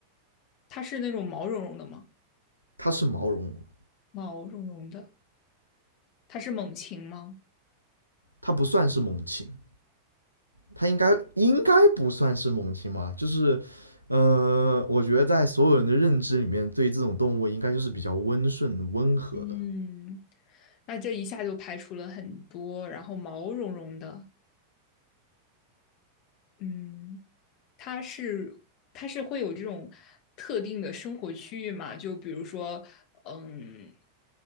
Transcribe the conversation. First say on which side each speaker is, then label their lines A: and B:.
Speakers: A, on the left (about 40°); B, on the left (about 85°).
A: 它是那种毛茸茸的吗？
B: 它是毛茸茸，
A: 毛茸茸的，它是猛禽吗？
B: 它不算是猛禽。它应该应该不算是猛禽吧？就是，呃，我觉得在所有人的认知里面，对这种动物应该就是比较温顺、温和的。
A: 嗯，那这一下就排除了很多，然后毛茸茸的，嗯，它是它是会有这种特定的生活区域嘛？就比如说，嗯